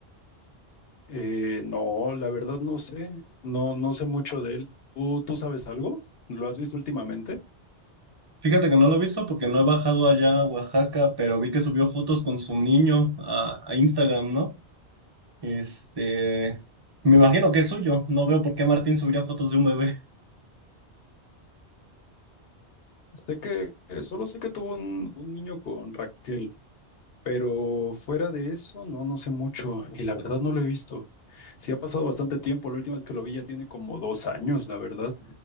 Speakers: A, on the left; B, on the right.
A: Eh, no, la verdad no sé, no, no sé mucho de él. ¿Tú, tú sabes algo? ¿Lo has visto últimamente?
B: Fíjate que no lo he visto porque no he bajado allá a Oaxaca, pero vi que subió fotos con su niño a, a Instagram, ¿no? Este, me imagino que es suyo. No veo por qué Martín subiría fotos de un bebé.
A: Sé que, eh, solo sé que tuvo un, un niño con Raquel. Pero fuera de eso, no, no sé mucho y la verdad no lo he visto. Sí ha pasado bastante tiempo, la última vez que lo vi ya tiene como dos años, la verdad,